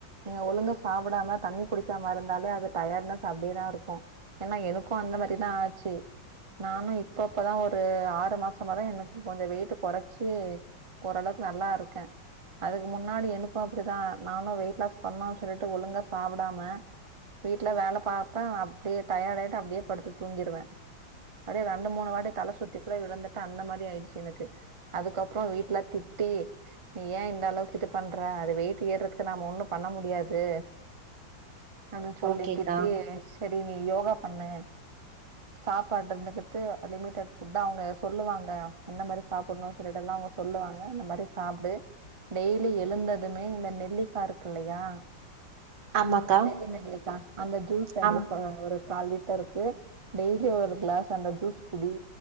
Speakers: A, on the right; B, on the right.
A: நீங்க ஒழுங்க சாப்படாம தண்ணி குடிக்காம இருந்தாலே அது டயேட்னஸ் அப்டியேதா இருக்கு. ஏன்னா எனக்கு அந்த மாரிதா ஆச்சி. நானு இப்பப்பதா ஒரு ஆறு மாசமாதா எனுக்கு கொஞ்சோ வெயிட்டு கொறச்சு ஒரளவுக்கு நல்லா இருக்கே. அதுக்கு முன்னாடி எனுக்கு அப்டிதா நானு வெயிட் லாஸ் பண்ணுன் சொல்லிட்டு ஒழுங்க சாப்படாம வீட்ல வேல பாப்பே அப்டியே டயாடு ஆய்ட்டு அப்டியே படுத்து தூங்கிருவே. அப்டே ரெண்டு மூணு வாட்டி தல சுத்தி கூட விழுந்துட்டே அந்த மாரி ஆயிடுச்சு எனுக்கு. அதுக்கப்றோ வீட்ல திட்டி நீ ஏ இந்த அளவுக்கு இது பண்ற அது வெயிட் ஏர்றதுக்கு நாம ஒன்னு பண்ண முடியாது. அனு சொல்லி
B: ஓகேக்கா
A: திட்டி செரி நீ யோகா பண்ணு சாப்பாட்ருந்துகிட்டு அ லிமிட்டெட் ஃபுட்டா அவுங்க சொல்லுவாங்க என்ன மாரி சா புன்னு சொல்லிட்டெல்லா அவுங்க சொல்லுவாங்க அந்த மாரி சாப்டு. டெய்லி எழுந்ததுமே இந்த நெல்லிக்கா இருக்குல்லையா
B: ஆமாக்கா
A: பெரிய நெல்லிக்கா அந்த ஜூஸ் அது
B: ஆமா
A: ப ஒரு கால்லிட்டருக்கு டெய்லி ஒரு கிளாஸ் அந்த ஜூஸ் குடி.